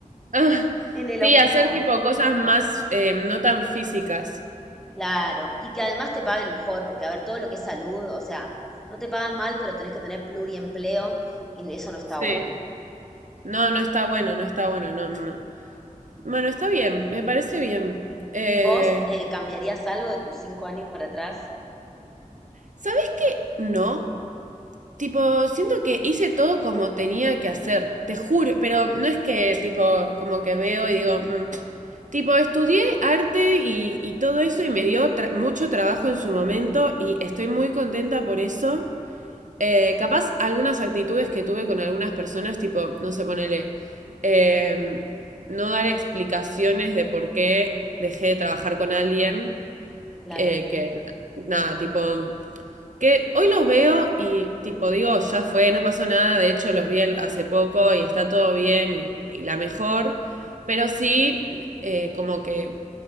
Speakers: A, on the right (about 65°); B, in the centre.
A: Ah,
B: <laughs> en el
A: sí,
B: hospital.
A: hacer tipo cosas más, eh, no tan físicas.
B: Claro, y que además te paguen mejor, porque a ver, todo lo que es salud, o sea, no te pagan mal, pero tenés que tener pluriempleo y eso no está
A: Sí.
B: bueno.
A: No, no está bueno, no está bueno, no, no, no. Bueno, está bien, me parece bien. Eh,
B: ¿Vos eh, cambiarías algo de tus cinco años para atrás?
A: ¿sabes? No. Tipo, siento que hice todo como tenía que hacer, te juro, pero no es que tipo, como que veo y digo, "Mm". tipo, estudié arte y, y todo eso y me dio tra- mucho trabajo en su momento y estoy muy contenta por eso. Eh, capaz algunas actitudes que tuve con algunas personas, tipo, no sé, ponele, em, no dar explicaciones de por qué dejé de trabajar con alguien.
B: Claro,
A: eh, que nada, tipo, que hoy los veo y tipo digo, ya fue, no pasó nada, de hecho los vi el- hace poco y está todo bien y, y la mejor, pero sí, eh, como que